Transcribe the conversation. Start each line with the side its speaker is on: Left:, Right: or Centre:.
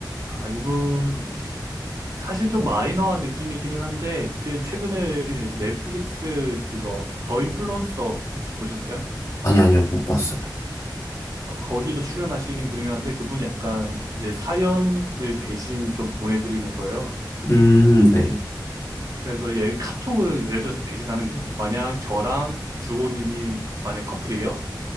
Right: 아, 이분 사실 좀 마이너한 느낌이기는 한데 그 최근에 넷플릭스 그거 더 인플루언서 혹시 보셨어요?
Left: 아니, 아니요, 못 봤어요.
Right: 어, 거기도 출연하시긴 분이긴 한데 그분이 약간 이제 사연을 대신 좀 보내드리는 거예요.
Left: 음, 네.
Right: 그래서 예, 카톡을 예를 들어서 대신하는 거예요. 만약 저랑 주호님이 만약 커플이에요.